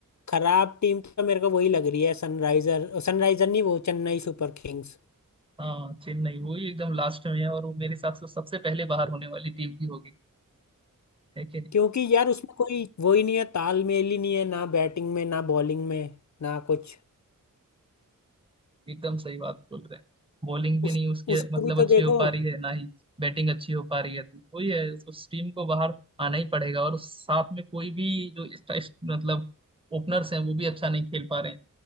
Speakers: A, on the left; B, on the right.
A: खराब टीम तो मेरे को वही लग रही है सनराइजर सनराइजर नहीं वो चेन्नई सुपर किंग्स
B: हाँ चेन्नई वही एकदम लास्ट में है और वो मेरे हिसाब से सबसे पहले बाहर होने वाली टीम भी होगी है कि नहीं
A: क्योंकि यार उसमें कोई वो ही नहीं है तालमेल ही नहीं है ना बैटिंग में ना बॉलिंग में ना कुछ
B: एकदम सही बात बोल रहे हैं बॉलिंग भी
A: उस
B: नहीं उसकी
A: उसको
B: मतलब
A: भी
B: अच्छी
A: तो देखो
B: हो पा रही है ना ही बैटिंग अच्छी हो पा रही है तो वही है उस टीम को बाहर आना ही पड़ेगा और साथ में कोई भी जो इस, इस, मतलब ओपनर्स हैं वो भी अच्छा नहीं खेल पा रहे हैं